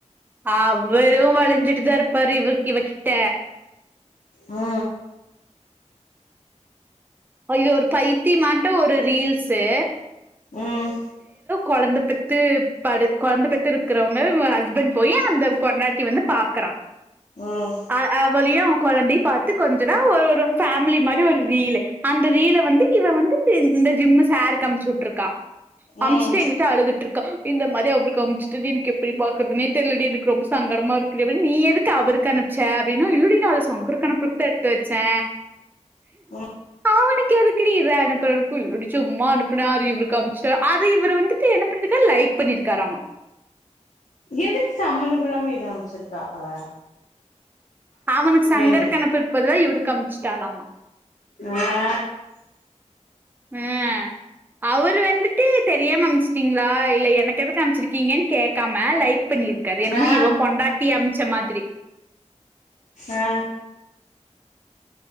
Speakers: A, on the right (about 15°); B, on the left (about 85°).
A: அவரும் வலிஞ்சிட்டுதா இருப்பாரு இவ இவ கிட்ட
B: ஆ
A: ஐயோ ஒரு பைத்தி மாட்டம் ஒரு ரீல்ஸு
B: ம்
A: குழந்தபெத்து படு குழந்தபெத்து இருக்கிறவங்கல் ஹஸ்பண்ட் போய் அந்த பொண்டாட்டி வந்து பாக்குறா
B: ம்
A: அ அவலியு குழந்தைய பாத்து கொஞ்சனா ஒரு ஒரு பேமிலி மாரி ஒரு ரீல்லு அந்த ரீல வந்து இவ வந்து இந்த ஜிம் சாருக்கு அம்ச்சுட்டு இருக்கா அமுச்சுட்டு
B: ம்
A: எங்கிட்ட அழுதுட்டு இருக்க இந்த மாரி அவரு அமிச்சுட்டடி எனக்கு எப்படி பாக்குறதுே தெரிலடி எனக்கு ரொம்ப சங்கடமா இருக்குடி நீ எதுக்கு அவ அவருக்கு அனுப்ச்ச அப்படின்னா இல்லடி நான் அத சங்கருக்கு அனுப்புற எத்து வச்சே
B: ம்
A: அவனுக்கு எதுக்குடி இவ அனுப்புற இல்லடி சும்மா அனுப்புனா அரு கம்சுட அது இவரு வந்துட்டு என்ன பண்ணிருக்கார் லைக் பண்ணிருக்காரமா
B: எதுக் சம்பந்தம் இல்லாம இத அமைச்சிருக்கா அவ
A: அவனுக்கு சங்கர்
B: ஏண்டி
A: அணுப்புருக்கு பதிலா இவருக்கு அமிச்சுிட்டாளாமா
B: ஆ
A: ம் ஆ அவரு வந்துட்டு தெரியாம அமைச்சுட்டீங்களா இல்ல எனக்கு எதுக்கு அமைச்சிருக்கீங்கன்னு கேக் க்காம லைக் பண்ணிருக்காரு என்னமோ
B: ஆ
A: இவன் பொண்டாட்டி அமைச்ச மாதிரி
B: ஆ